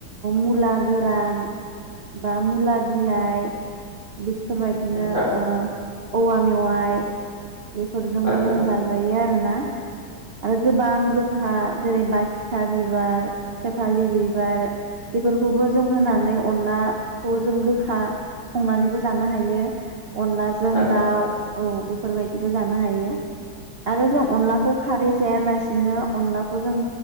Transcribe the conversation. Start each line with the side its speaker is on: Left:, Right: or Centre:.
Right: मुला गोरान बा मुवा बिलाइ बि बिदिनो
Left: आदसा
Right: ओ औवा मेवाइ बेफोरजोंबो
Left: आदसा
Right: जों जाजायो आरो आरोना आरो गोबां गोखा जेरै- बासिखा बिबार सेफालि बिबार बेफोरखौबो जों होनानै अनलाखौ जों गोखा संनानैबो जानो हायो। अनलाजों
Left: आदसा
Right: दाउ औ बे बेफोरबायदिबो जानो हायो आरो जों अनलाखौ खारै जायालासे बिदिनो अनलाखौ जों